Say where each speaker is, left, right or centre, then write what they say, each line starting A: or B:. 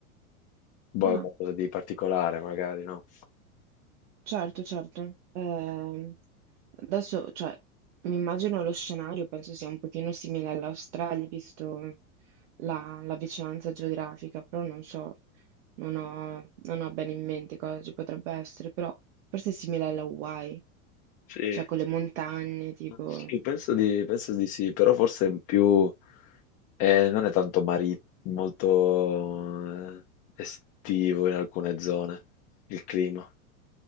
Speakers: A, on the left; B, on the right.
A: boh,
B: Ah.
A: è qualcosa di particolare magari, no?
B: Certo, certo. Ehm, adesso, cioè, mi immagino lo scenario, penso sia un pochino simile all'Australia, visto la, la vicinanza geografica, però non so, non ho, non ho bene in mente cosa ci potrebbe essere, però forse è simile alla Hawaii,
A: Sì.
B: cioè con le montagne, tipo,
A: Sì, penso di, penso di sì, però forse più... Eh, non è tanto mari- molto eh, estivo in alcune zone il clima.